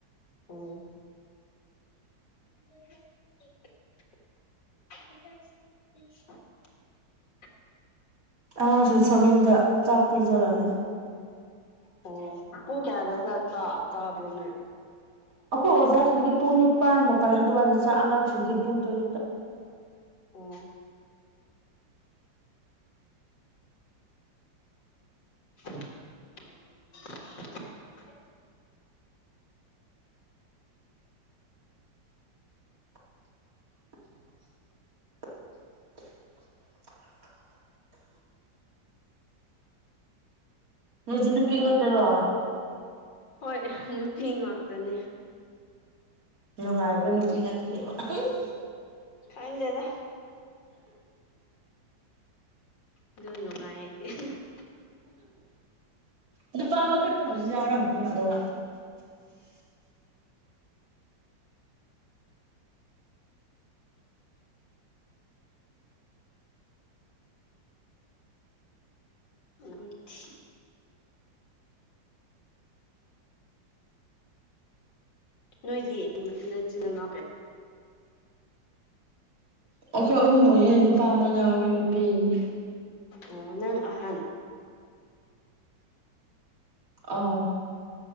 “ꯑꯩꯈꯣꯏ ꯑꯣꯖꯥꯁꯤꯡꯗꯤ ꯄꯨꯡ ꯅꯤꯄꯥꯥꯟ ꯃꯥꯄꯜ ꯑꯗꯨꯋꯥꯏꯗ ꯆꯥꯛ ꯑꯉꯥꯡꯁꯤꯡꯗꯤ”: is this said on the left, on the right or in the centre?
Right